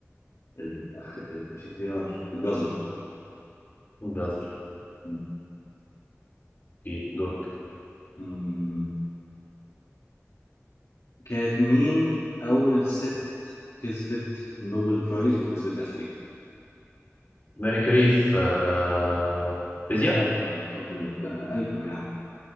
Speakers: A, on the left; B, on the left.
A: ال- ال- مش الخيار الجزر
B: جزر صح
A: م-
B: اوكي دورك
A: م- كانت مين اول ست كسبت نوبل برايز وكسبتها في ايه
B: ميركوري في آه، فيزياء
A: يا نهار ابيض بقى ايوه يا عم